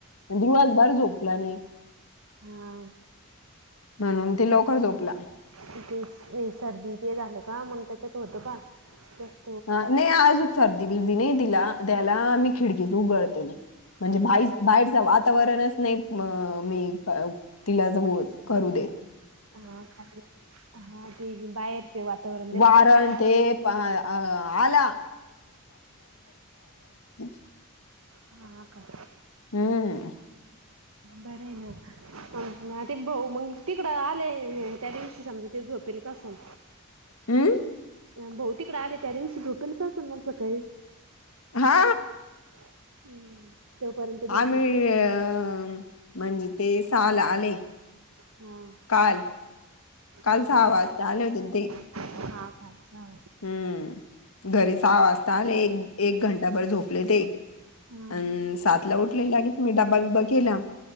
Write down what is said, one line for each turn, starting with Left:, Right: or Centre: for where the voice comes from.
Left: मग दिवसभर झोपला नाही.
Right: हा.
Left: म्हणून ते लवकर झोपला.
Right: तिथे सर्दी ते झालं का, मग त्याच्यात होतं का <unintelligible>
Left: हा नाही आजूक सर्दी विरदी नाही तिला त्याला आम्ही खिडकीच उगडते नाही. म्हणजे
Right: हा
Left: बाही-बाहेरच वातावरणच नाही. म मी तिलाच मग करू दे.
Right: हा का? हा ते बाहेरचे वातावरण दिलं
Left: वारण
Right: का त्यांना
Left: ते अ आला <unintelligible>
Right: हा का?
Left: हम्म
Right: बरी हाय <unintelligible> ते भाऊ मग तिकडं आले त्या दिवशी समजा ते झोपेलच असलं.
Left: अं?
Right: भाऊ तिकडे आले त्या दिवशी झोपेलच असलं मग सकाळी.
Left: हा.
Right: हम्म. तोपर्यंत ड्युटीस
Left: आम्ही
Right: गेले
Left: अ
Right: ना.
Left: म्हणजे ते सहाला आले.
Right: हा
Left: काल काल
Right: हा
Left: सहा
Right: का-
Left: वाजता आले होते ना ते.
Right: हा खालचा आवाज आहे.
Left: हम्म घरी सहा वाजता आले, एक एक घंटाबर झोपले ते.
Right: हा
Left: अ सातला उठले लागे मी डब्बा बिबा केला.